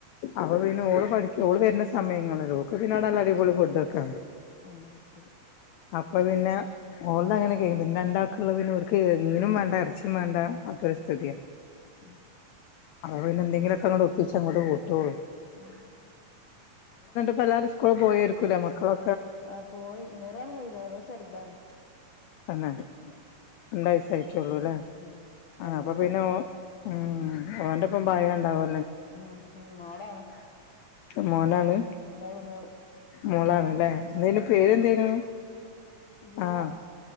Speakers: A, on the left (about 75°); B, on the left (about 55°).
A: അവപ്പ പിന്നെ ഓള് പഠിക്ക ഓള് വരുന്ന സമയങ്ങളല്ലോ ഒ പിന്നെ ആട നല്ല അടി പൊളി ഫുഡ് ഒക്കാണ്.
B: ആഹ് ശരി
A: അപ്പ പിന്നെ മോള്തങ്ങനെ കയ്യും പിന്നെ രണ്ടാൾക്ക്ള്ളത് പിന്നെ ഓല്ക്ക് മീനും മാണ്ട എറച്ചിം മാണ്ട <unintelligible> ചെടിയാ
B: ആഹ്
A: അഹ് പിന്നെ എന്തെിലൊക്കങ്ങട്ട് ഒപ്പിച്ചങ്ങോട്ട് കൂട്ട്യോളും
B: ആഹ്
A: ഇപ്പെല്ലാരും സ്കൂള് പോയേരുക്കുലെ മക്കളൊ
B: ആഹ് പോയി ഇഞ്ഞൊരാള് പോയിലാ ഓരാള് ചെറ്താണ്
A: തന്നെ രണ്ടയ്സായിറ്റോള്ളുല്ലേ
B: ഉം രണ്ടര
A: ആഹ് അപ്പ പിന്നെ ഓ ഉം ഓന്റെപ്പം പായണ്ടാവോ
B: ഉം ഉം മോളാണ്
A: മോനാണ്
B: മോള് മോള്
A: മോളാണ്ല്ലേ എന്തേനു
B: ഉം ഉം
A: പേരെന്തേനു
B: സിവ
A: ആഹ്